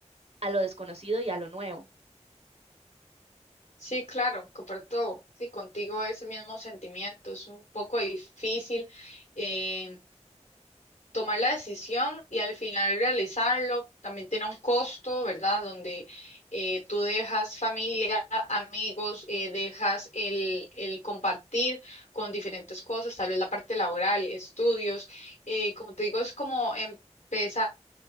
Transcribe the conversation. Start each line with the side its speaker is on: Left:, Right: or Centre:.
Right: a lo desconocido y a lo nuevo.
Left: Sí, claro, comparto di, contigo ese mismo sentimiento, es un poco difícil, em, tomar la decisión y al final realizarlo. También tiene un costo, ¿verdad? Donde eh, tú dejas familia, amigos, eh, dejas el, el compartir con diferentes cosas, tal vez la parte laboral, estudios. Eh, como te digo, es como empezar